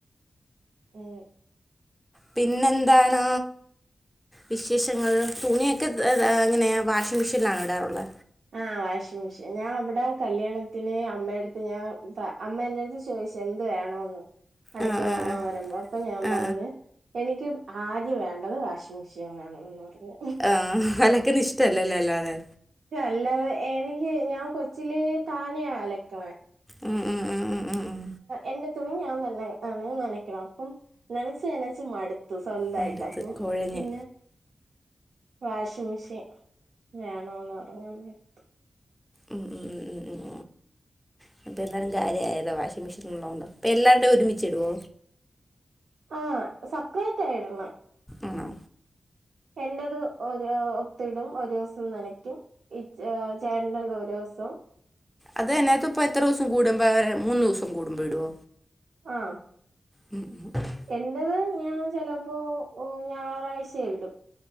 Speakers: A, on the right; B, in the centre.
A: മ്
B: പിന്നെന്താണ് വിശേഷങ്ങൾ തുണിയൊക്കെ അങ്ങനെ വാഷിംഗ് മിഷേൽ ആണോ ടാറുള്ള
A: ആഹ് വാഷിംഗ് മിഷെൻ ഞാൻ അവടെ കല്യാണത്തിന് അമ്മയടുത്ത് ഞാൻ അമ്മ എന്റെടുത്ത് ചോയ്ച്ച് എന്ത് വേണന്ന് അടുക്കള
B: ആ ആ
A: കാണാൻ
B: ആ
A: വരുമ്പോ അപ്പൊ ഞാൻ
B: ആ
A: പറഞ്ഞ് എനിക്ക് ആദ്യം വേണ്ടത് വാഷിംഗ് മെഷീൻ വേണ എന്ന് പറഞ്ഞ്
B: ആഹ് അലക്ക്‌ന് ഇഷ്ടല്ലല്ലെ ല്ലാതെ
A: അല്ലാതെ എനിക്ക് ഞാൻ കൊച്ചിലേ താനയ അലക്ക്‌ണ്
B: ഉം ഉം ഉം ഉം ഉം ഉം
A: എന്റെ തുണി ഞാൻ തന്നെ നനക്കണം അപ്പം നനച്ച് നനച്ച് മട് സ്വന്തായിട്ടപ്പം
B: മടുത്ത് കുഴഞ്ഞ്
A: പിന്നെ വാഷിങ് മിഷെൻ വേണോന്ന് പറഞ്ഞു അമ്മേട്ത്ത്
B: ഉം ഉം ഉം ഉം അപ്പോ ന്തായാലുംകാര്യാഅയലൊ വാഷിങ് മെഷീൻ ഉള്ളോണ്ട്‌ പ്പല്ലാര്ടിം ഒരുമിച്ചിടോ
A: ആഹ് സെപ്പറേറ്റയിട്ൻ
B: ആണോ
A: എന്റെത് ഒരു ഒത്തിടും ഒരൂസം നനക്കും ഇ ചേട്ടന്റെ ടൊ ഒരൂസം
B: അദനഞാത്ത് ഇപ്പൊ എത്രുസം കൂടുമ്പോ മൂന്നൂസം കൂടുമ്പോ ഇടൊ
A: ആഹ്
B: ഉം ഉം <unintelligible>
A: എന്റെത് ഞാൻ ചെലപ്പോ ഞായറാഴ്ചയിടും